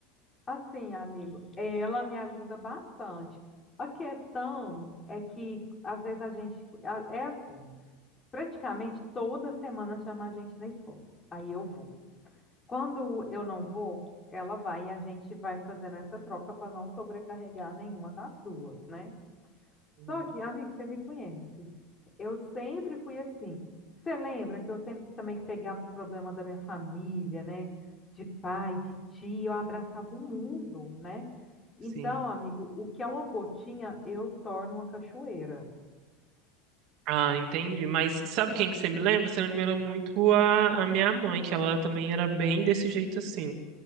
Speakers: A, on the left; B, on the right.
A: Assim, amigo, ela me ajuda bastante. A questão é que às vezes a gente a- é assim, praticamente toda semana chama a gente na escola. Aí eu vou. Quando eu não vou, ela vai e a gente vai fazendo essa troca para não sobrecarregar nenhuma das duas, né?
B: Sim,
A: Só que, amigo, você me conhece. Eu sempre fui assim. Você lembra que eu sempre também pegava os problemas da minha família, né? De pai, de tio, eu abraçava o mundo, né? Então,
B: sim.
A: amigo, o que é uma gotinha, eu torno uma cachoeira.
B: Ah, entendi. Mas sabe quem que você me lembra? Você lembra muito a, a minha mãe, que ela também era bem desse jeito assim.